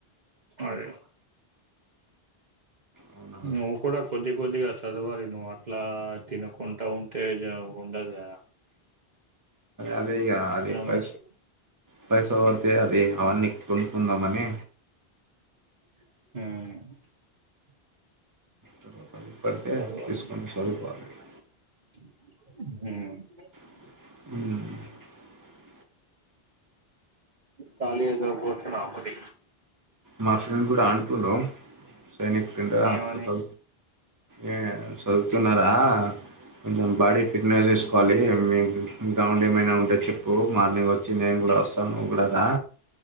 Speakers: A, on the right; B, on the right.
A: అది
B: అవునా
A: నువ్వు కూడా కొద్ది కొద్దిగా చదవాలి నువ్వు అట్లా తినకుంటా ఉంటే జాబ్ ఉండదు కద
B: అదే ఇగ అదే ఇప్ప
A: మనసు
B: పైసావా తే అది అవన్ని కుల్లు ఉందామ్ అని
A: మ్
B: తర్వాత పడితే
A: చదవాలి
B: తీసుకొని చదువుకోవాలి ఇక
A: ఉహూ
B: మ్
A: కాలేజ్ లో కుచ్చున్నాంమ్ <inaudible>
B: మా ఫ్రెండ్ గుడా అంటు లో రెనిక్ కింద
A: ఏమని
B: అప్పుడు ఏ చదువుతున్నారా కొంచెం బాడీ ఫిట్నెస్ చేసుకోవాలి మీకు గ్రౌండ్ ఏమైనా ఉంటే చెప్పు మార్నింగ్ వచ్చి నేను కూడా వస్తాను నువ్వు కూడా రా